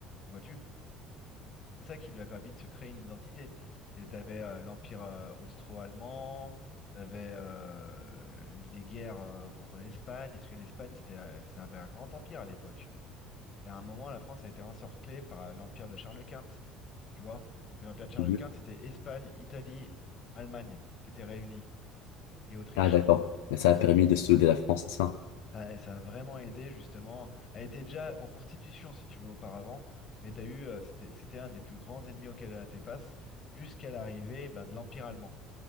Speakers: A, on the left (about 45°); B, on the left (about 85°).
A: Vois-tu? C'est ça qui lui a permis de se créer une identité. Et T'avais euh, l'Empire euh, austro-allemand, t'avais euh, les guerres euh, contre l'Espagne, parce que l'Espagne, c'était, euh, ça avait un grand empire à l'époque. Et à un moment, la France a été encerclée par euh, l'Empire de Charles Quint, tu vois. Parce que l'Empire de Charles
B: Mhm.
A: Quint, c'était Espagne, Italie, Allemagne qui étaient réunies, et Autriche.
B: Ah, d'accord. Mais ça
A: Donc
B: a permis
A: ça,
B: de souder la France, c'est ça?
A: ça, ça a vraiment aidé justement. Elle était déjà en constitution, si tu veux, auparavant, mais t'as eu, euh, c'était, c'était un des plus grands ennemis auxquels elle a fait face jusqu'à l'arrivée ben, de l'Empire allemand.